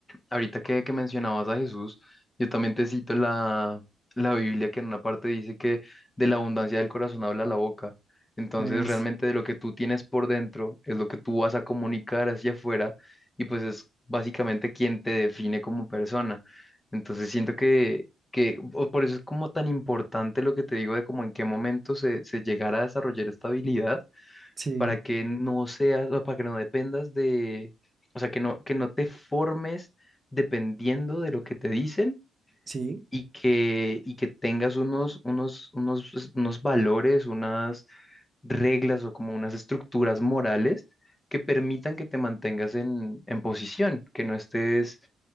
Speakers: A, on the left; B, on the right.
A: ahorita que, que mencionabas a Jesús, yo también te cito la, la Biblia que en una parte dice que de la abundancia del corazón habla la boca. Entonces,
B: Es,
A: realmente de lo que tú tienes por dentro es lo que tú vas a comunicar hacia afuera y pues es básicamente quien te define como persona. Entonces, siento que, que o por eso es como tan importante lo que te digo de como en qué momento se, se llegará a desarrollar esta habilidad
B: sí,
A: para que no seas, o para que no dependas de, o sea, que no, que no te formes dependiendo de lo que te dicen
B: sí.
A: y que, y que tengas unos, unos, unos, pues, unos valores, unas reglas o como unas estructuras morales que permitan que te mantengas en, en posición, que no estés,